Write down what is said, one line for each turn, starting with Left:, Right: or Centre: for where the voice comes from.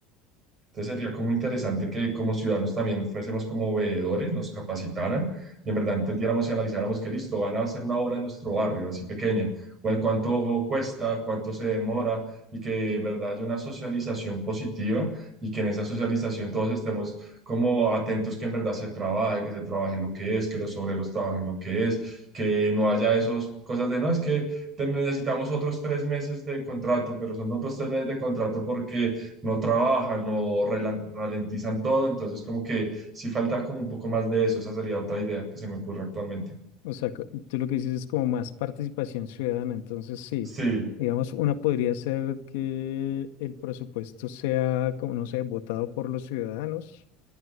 Right: Entonces sería como interesante que como ciudadanos también fuésemos como veedores, nos capacitaran y en verdad entendiéramos y analizáramos que listo, van a hacer una obra en nuestro barrio, así pequeña, bueno, cuánto cuesta, cuánto se demora y que en verdad haya una socialización positiva y que en esa socialización todos estemos como atentos que en verdad se trabaje, que se trabaje lo que es, que los obreros trabajen lo que es, que no haya esas cosas de no, es que te- necesitamos otros tres meses de contrato, pero son otros tres meses de contrato porque no trabajan, no relan- ralentizan todo, entonces como que sí falta como un poco más de eso, esa sería otra idea que se me ocurre actualmente.
Left: O sea, co- tú lo que dices es como más participación ciudadana, entonces sí.
Right: Sí,
Left: Digamos, una podría ser que el presupuesto sea, como no sé, votado por los ciudadanos